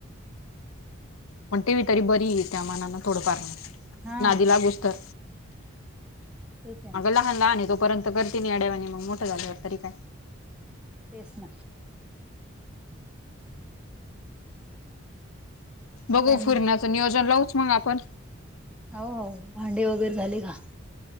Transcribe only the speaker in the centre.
हा
तेच आहे ना
तेच ना.
काय मग
हो हो. भांडे वगैरे झाले का?